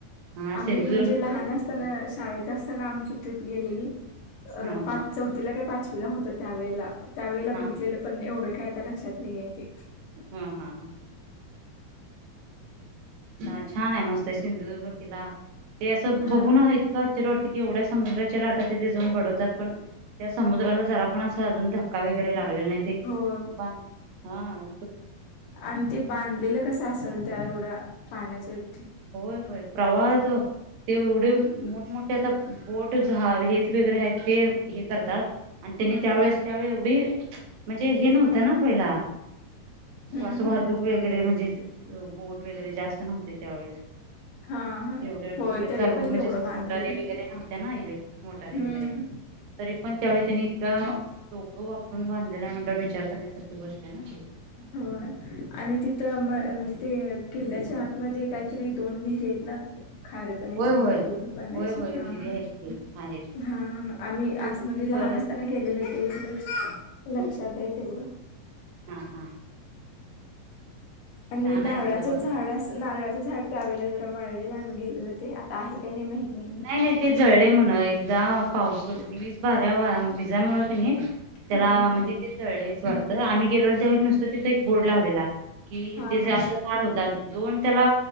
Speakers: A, on the right; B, on the left.
A: हा
B: आम्ही
A: सिंधुदुर्ग
B: म्हणजे
A: किल्ल्याच्या
B: लहान असताना
A: तिथे
B: शाळेत असताना आमची ट्रीप गेलेली, अ
A: हा
B: पाच
A: हा
B: चौथीला काय पाचवीला होतो त्यावेळेला त्यावेेळेला
A: हा
B: बघितलेलं पण एवढं काय आता लक्षात नाहीय ते.
A: हा हा हा. हा छान आहे मस्त आहे सिंधुदुर्ग किला ते असं
B: हा
A: बघून आहेत तर आश्चर्य वाटतंय की एवढ्या समुद्राच्या लाटा तिथे जाऊन बडवतात पण त्या समुद्राला जरा पण असा अजून धक्का वगैरे लागलेला नाही ते
B: हो
A: पण हां.
B: आणि ते बांधलेलं कसं असेल
A: बांधले
B: त्या एवढ्या पाण्याच्या इ
A: होय होय प्रवाह आहे तो ते एवढे मोठमोठे आता बोट झा हेच वगैरे आहेत ते हे करतात आणि त्यांनी
B: हम्म
A: त्यावेेळेस त्यावेळी एवढी म्हणजे हे नव्हतं ना पहिला
B: हम्म
A: अस
B: हम्म
A: वाहतूक वगैरे म्हणजे बोट वगैरे जास्त नव्हते त्यावेळेस
B: हा हा
A: एवढे
B: होय
A: डोक्या
B: तरी
A: चालव
B: पण
A: म्हणजे
B: तेवढं
A: असं
B: बांधलेली
A: मोटारी वगैरे
B: ते
A: नव्हत्या ना इलेक्ट्रिक मोटारी
B: हम्म
A: वगैरे तरी पण त्यावेळी त्यांनी इतका डोक वापरून बांधलेला आहे म्हटलं विचार करण्यासारखी गोष्ट आहे ना ती
B: हो आणि तिथं म म्हणजे ते किल्ल्याच्या आतमध्ये काहीतरी दोन विहिर आहेत ना खरे पाण्याची
A: होय होय.
B: आणि गोड पाण्याची
A: होय होय
B: हा
A: विहिरी
B: हा
A: आहेत की आहेत
B: हा. आम्ही
A: गुप
B: अस म्हणजे लहान
A: परत
B: असताना गेलेले तिकडे ते लक्षात आहे तेवढं
A: हां हा.
B: आणि
A: छान
B: हे नारळाचं
A: आहे तिथं बघण्यास
B: झाड अस नारळाचं झाड त्यावेेळेला जरा वाळलेल आम्ही गेलंलो ते आता आहे काय नाही माहीत नाही
A: नाही नाही ते जळले म्हण एकदा पाऊस वीज भऱ्या वा विजामुळे का नाही त्याला
B: हा हा
A: म्हणजे ते जळलेच वाटतं आम्ही गेलेलो त्यावेळी नुसतं तिथं एक बोर्ड लावलेला कि
B: हा
A: ते जे
B: हा
A: असं झाड होतात दोन त्याला